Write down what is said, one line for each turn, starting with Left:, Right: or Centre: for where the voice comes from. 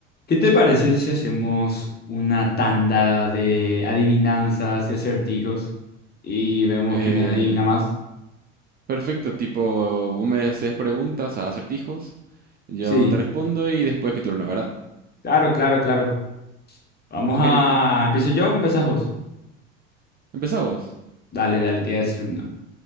Left: ¿Qué te parece si hacemos una tanda de adivinanzas y acertijos y vemos
Right: Eh,
Left: quién adivina más?
Right: perfecto, tipo, vos me haces preguntas, a acertijos, yo
Left: Sí,
Right: te respondo y después mi turno, ¿verdad?
Left: claro, claro, claro. Vamos
Right: Ok,
Left: a... ¿Empiezo yo o empezás vos?
Right: empezamos.
Left: Dale, dale, te voy a decir una.